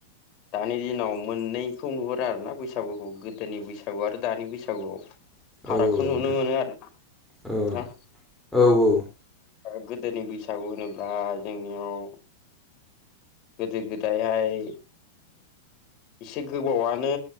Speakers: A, on the left; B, in the centre.
A: दानि दिनाव मोननैखौ नुहुरो आरो ना बैसागुखौ गोदोनि बैसागु आरो दानि बैसागुआव
B: औ।
A: फारागखौ
B: औ
A: नुनो
B: नोंथां
A: मोनो आरोना नोंथां।
B: औ औ औ।
A: ओ गोदोनि बैसागु होनोब्ला जोंनियाव गोदो गोदायहाय एसे गोबावानो